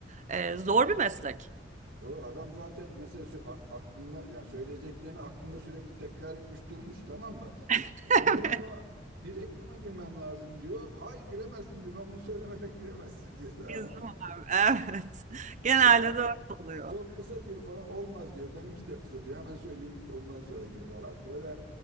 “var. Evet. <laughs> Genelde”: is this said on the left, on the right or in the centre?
Right